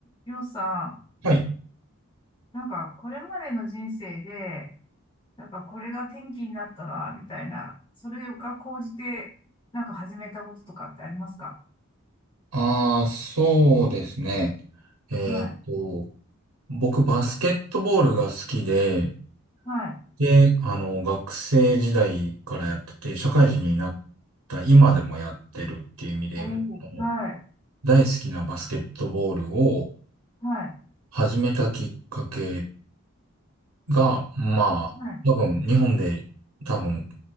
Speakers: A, on the left (about 20°); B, on the right (about 85°).
A: りょうさん、
B: はい。
A: なんかこれまでの人生で、なんかこれが転機になったな、みたいな、それが高じて、なんか始めたこととかってありますか
B: ああ、そうですね。えーっと、
A: はい。
B: 僕、バスケットボールが好きで、
A: はい。
B: で、あの、学生時代からやってて、社会人になった今でもやってるっていう意味で、
A: おー、
B: あの
A: はい。
B: 大好きなバスケットボールを
A: はい。
B: 始めたきっかけが、まあ、
A: はい。
B: 多分、日本で多分、